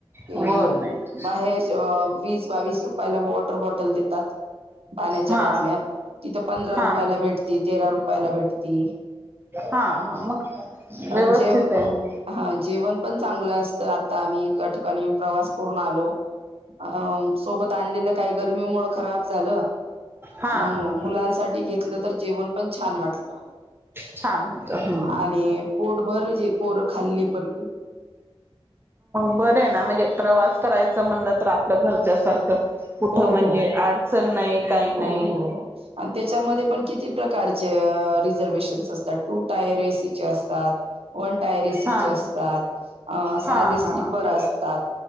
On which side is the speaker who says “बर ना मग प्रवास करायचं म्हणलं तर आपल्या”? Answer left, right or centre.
Right